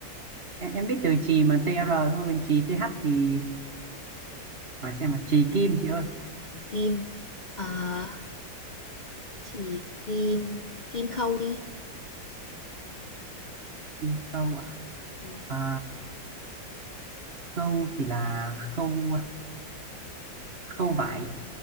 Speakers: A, on the right; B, on the left.
A: em em biết từ chì mà tr thôi còn chì ch thì à, xem mà chì kim chị ơi
B: Chì kim. Ờ, à, chì kim, kim khâu đi.
A: kim khâu à?
B: Ừ,
A: À, khâu thì là khâu khâu vải